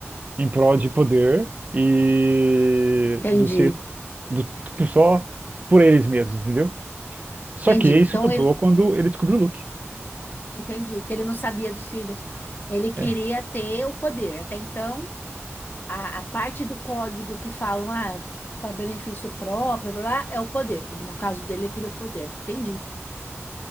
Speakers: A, on the right (about 35°); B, on the left (about 45°).
A: Em prol de poder e
B: entendi.
A: do ser do, só por eles mesmos, entendeu? Só
B: Entendi.
A: que isso
B: Então
A: mudou
B: ele
A: quando ele descobriu o Luke.
B: Entendi, porque ele não sabia dos cílios. Ele queria
A: É,
B: ter o poder. Até então, a, a parte do código que falam, ah, para benefício próprio, blá, blá, é o poder. E No caso dele, ele queria o poder. Entendi.